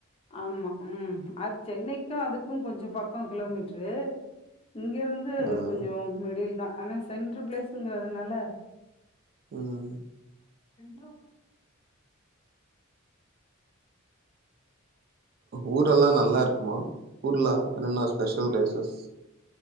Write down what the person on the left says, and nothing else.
ஆமா ம் அது சென்னைக்கும் அதுக்கும் கொஞ்சம் பக்கம் கிலோமீட்ரு இங்கேருந்து
கொஞ்சம் மிடில் தான் ஆனா சென்டரு பிளேஸ்சு இங்கறதுனால
<unintelligible>